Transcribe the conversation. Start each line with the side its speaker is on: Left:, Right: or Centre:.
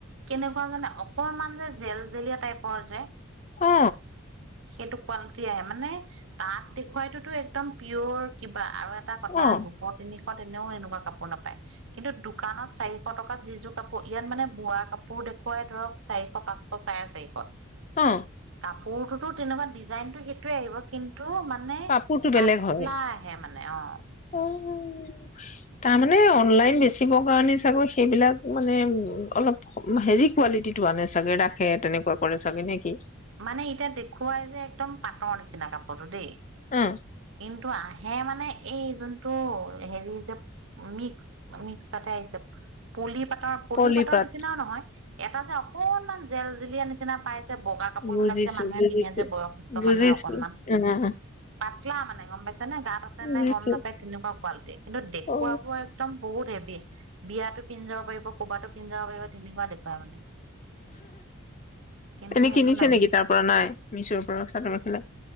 Right: কেনেকুৱা জানে অকণমান যে জেল জেলীয়া টাইপৰ যে
Left: অ
Right: সেইটো কোৱালিটি আহে মানে তাত দেখুৱাইটোতো একদম পিয়ৰ কিবা আৰু এটা কথা
Left: অ
Right: দুশ তিনিশ কত এনেও এনেকুৱা কাপোৰ নাপায় কিন্তু দোকানত চাৰিশ টকাত যি যোৰ কাপোৰ ইয়াত মানে বোৱা কাপোৰ দেখুৱাই ধৰক চাৰিশ পাঁচশ চাই চাৰিশত
Left: অ
Right: কাপোৰটো তেনেকুৱা ডিজাইনতটো সেইটোয়ে আহিব কিন্তু তো মানে,
Left: কাপোৰটো
Right: পাতলা
Left: বেলেগ হয়
Right: আহে মানে। অ',
Left: অ'। তাৰমানে অনলাইন বেচিবৰ কাৰণে চাগে সেইবিলাক মানে উ', অলপ হেৰি কোৱালিটিটো আনে চাগে, ৰাখে তেনেকুৱা কৰে চাগে নেকি?
Right: মানে এতিয়া দেখুৱায় যে একদম পাটৰ নিচিনা কাপোৰতো দেই।
Left: অ
Right: কিন্তু আহে মানে এই জোনটো হেৰি যে মিক্স-মিক্স পাটে আহিছে। পুলি পাট অ ', পলি
Left: পলিপাত
Right: পাটৰ নিচিনাও নহয়। এটা যে অকনমান জেল-জিলিয়ীয়া নিচিনা পায় যে। বগা কাপোৰবোৰ
Left: বুজিছো
Right: যে মানুহে
Left: বুজিছো
Right: কিনে যে বয়সস্থ
Left: বুজিছো
Right: মানুহে অকনমান।
Left: অ
Right: পাত মানে গম পাইছে গাত আছে
Left: বুজিছো
Right: নে গম নাপাই তেনেকুৱা কোৱাল্টি, কিন্তু দেখুুৱা
Left: অ
Right: বোৰে একদম বহুত হে বিয়াতো পিন্ধি যাব পাৰিব ক'ৰবাত পিন্ধজাব পাৰিব তেনেকুৱা দেখুৱা মানে। কিন্তু
Left: এনে
Right: সেইটো
Left: কিনিছ
Right: নাহে
Left: নেকি তাৰ পৰা নাই, মিছৰ পৰা চাদৰ মেখেলা।